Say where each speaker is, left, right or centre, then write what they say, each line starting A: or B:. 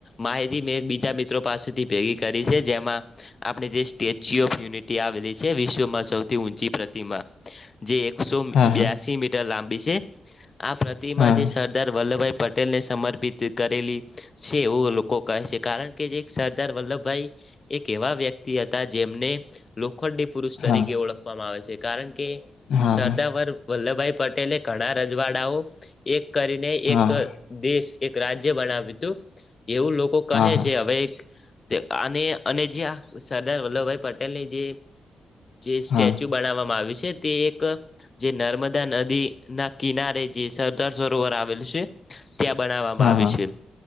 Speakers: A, on the left; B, on the left.
A: માહિતી મેં બીજા મિત્રો પાસેથી ભેગી કરી છે. તેમા, આપણે જે સ્ટેચ્યુ ઓફ યુનિટી આવેલી છે, વિશ્વમાં સૌથી ઊંચી પ્રતિમા જે એકસો
B: હા
A: બ્યાસી
B: હા
A: મીટર લાંબી છે, આ પ્રતિમા
B: હા
A: જે સરદાર વલ્લભભાઈ પટેલને સમર્પિત કરેલી છે, એવું લોકો કહે છે. કારણ કે જે સરદાર વલ્લભભાઈ એક, એવા વ્યક્તિ હ. જેમને લોખંડી પુરુષ તરીકે
B: હા
A: ઓળખવામાં આવે છે કારણ કે
B: હા
A: સરદર વ વલ્લભભાઈ પટેલે ઘણા રજવાડાઓ એક કરીને
B: હા
A: એક
B: હા
A: દેશ એક રાજ્ય બનાવ્યું હતું એવું લોકો કહે
B: હા હા
A: છે હવે અને અને જે આ સરદાર વલ્લભભાઈ પટેલની જે જે સ્ટેચ્યુ
B: હા
A: બનાવવામાં આવી્યું છે. તે એક જે નર્મદા નદી ના કિનારે જે સરદાર સરોવર આવેલું છે. ત્યાં બનાવવામાં
B: હા
A: આવ્યું
B: હા
A: છે